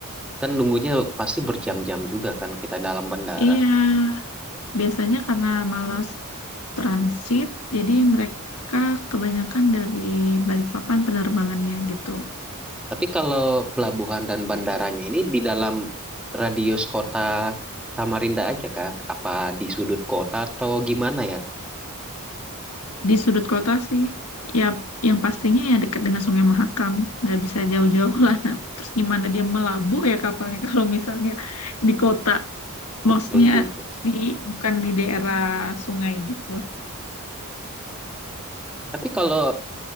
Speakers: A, in the centre; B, on the left.
A: Kan nunggunya pasti berjam-jam juga kan kita dalam bandara.
B: Iya, biasanya karena malas transit, jadi mereka kebanyakan dari Balikpapan penerbangannya gitu.
A: Tapi kalau pelabuhan dan bandaranya ini di dalam radius kota Samarinda aja kah? Apa di sudut kota atau gimana ya?
B: di sudut kota sih ya yang pastinya ya dekat dengan Sungai Mahakam nggak bisa jauh-jauh lah nah terus gimana dia melabuh ya kapalnya <laughs> kalau misalnya di kota
A: Betul
B: maksudnya
A: juga. sih.
B: di bukan di daerah sungai gitu
A: Tapi kalau